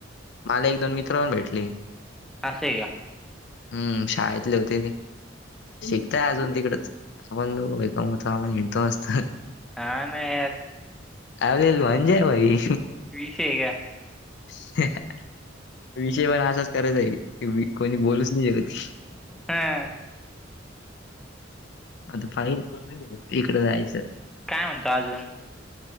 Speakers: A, on the left; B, in the centre.
A: मला एक दोन मित्रपन भेटले.
B: असे या.
A: हम्म शाळेतले होते ते शिकताय अजून तिकडच आपण दोघ भाई कमवतो आपण हिडतो आसतो ह.
B: हाना यार.
A: आवरेज म्हणजे भाई.
B: विषये का?
A: <unintelligible> विषय पण असाच करायेचा कीवी कोणी बोलूच नाही शकत.
B: <unintelligible>
A: आता पाहिल इकड जायच.
B: काय म्हणता अजून